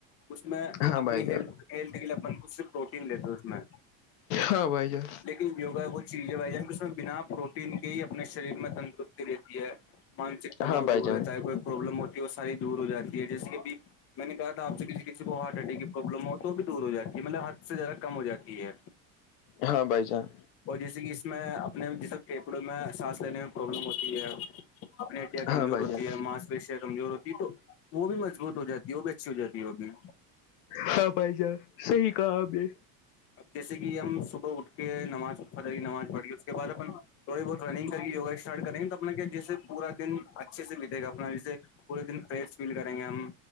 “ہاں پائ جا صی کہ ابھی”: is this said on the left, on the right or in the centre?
Left